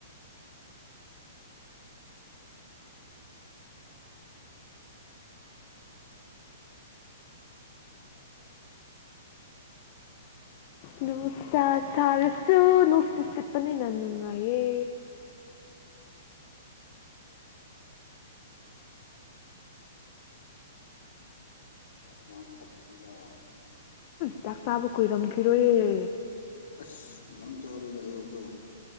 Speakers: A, on the left; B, on the left.
A: ꯅꯨꯡꯁ ꯁꯥꯔꯁꯨ ꯅꯨꯡꯁꯤꯠ ꯁꯤꯠꯄꯅꯤꯅ ꯅꯨꯡꯉꯥꯏꯌꯦ
B: ꯆꯄꯝ ꯈꯗꯕꯤꯗ
A: ꯆꯥꯛ ꯆꯥꯕ ꯀꯨꯏꯔꯝꯈꯤꯔꯣꯏꯌꯦ
B: ꯑꯁ ꯌꯥꯝ ꯆꯥꯗꯦꯗ ꯑꯌꯨꯛꯇꯣ